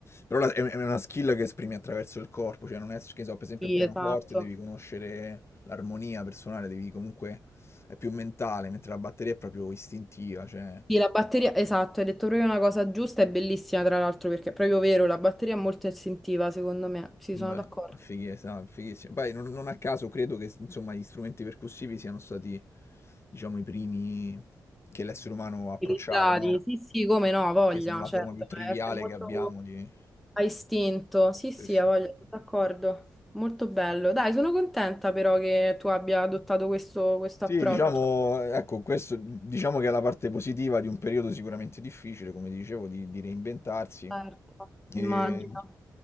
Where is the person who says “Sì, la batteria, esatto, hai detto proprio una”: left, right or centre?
Centre